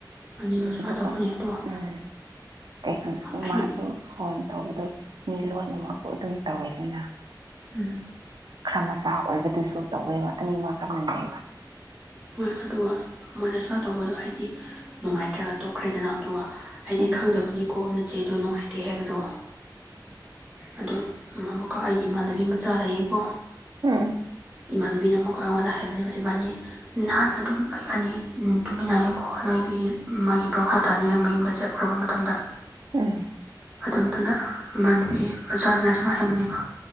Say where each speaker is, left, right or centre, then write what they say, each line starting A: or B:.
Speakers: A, on the right; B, on the right.
A: ꯑꯅꯤꯗꯣ ꯁꯨꯃꯥꯏꯅ
B: ꯑꯗꯨꯒ
A: ꯇꯧꯕꯅꯤ ꯑꯗꯨꯒ
B: ꯎꯝ ꯀꯩꯅꯣ
A: ꯑꯩꯗꯤ
B: ꯃꯥꯁꯨ ꯐꯣꯟ ꯇꯧꯕꯗꯣ ꯃꯤ ꯂꯣꯟꯃꯛꯕꯨꯨ ꯑꯗꯨꯝ ꯇꯧꯋꯦꯗꯅ
A: ꯎꯝ
B: ꯈꯔ ꯃꯆꯥ ꯑꯣꯏꯕꯗꯨꯁꯨ ꯇꯧꯋꯦꯕ ꯑꯅꯤꯃꯛ ꯆꯥꯞ ꯃꯥꯟꯅꯩꯌꯦꯕ
A: ꯍꯣꯏ ꯑꯗꯨꯒ ꯃꯣꯏꯅ ꯁꯨꯃꯥꯏ ꯇꯧꯕꯗꯣ ꯍꯥꯏꯗꯤ ꯅꯨꯡꯉꯥꯏꯇ꯭ꯔꯒ ꯇꯣꯛꯈ꯭ꯔꯦꯗꯅ ꯑꯗꯨꯒ ꯍꯥꯏꯗꯤ
B: ꯎꯝ
A: ꯈꯪꯗꯕꯅꯤꯀꯣ ꯅꯆꯦꯗꯣ ꯅꯨꯡꯉꯥꯏꯇꯦ ꯍꯥꯏꯕꯗꯣ ꯑꯗꯣ ꯑꯃꯨꯛꯀ ꯑꯩꯒꯤ ꯏꯃꯥꯟꯅꯕꯤ ꯃꯆꯥ ꯂꯩꯌꯦꯀꯣ
B: ꯎꯝ
A: ꯏꯃꯥꯟꯅꯕꯤꯅ ꯑꯃꯨꯛꯀꯥ ꯑꯩꯉꯣꯟꯗ ꯍꯥꯏꯕꯅꯦꯕ ꯏꯕꯥꯅꯤ ꯅꯍꯥꯟꯅ ꯑꯗꯨꯝ ꯏꯕꯥꯅꯤ ꯇꯨꯃꯤꯟꯅꯌꯦꯀꯣ ꯑꯅꯣꯏꯕꯤꯒꯤ ꯃꯥꯒꯤ ꯕ꯭ꯔꯣꯈꯥ ꯇꯥꯅꯤꯡꯉꯥꯏ ꯃꯌꯨꯝꯗ ꯆꯠꯈ꯭ꯔꯕ ꯇꯝꯗ <inaudible>
B: ꯎꯝ
A: ꯑꯗꯣꯝꯇꯅ ꯃꯅꯥꯗꯤ ꯃꯆꯥꯥꯗꯨꯅ ꯁꯨꯃꯥꯏ ꯍꯥꯏꯕꯅꯦꯕ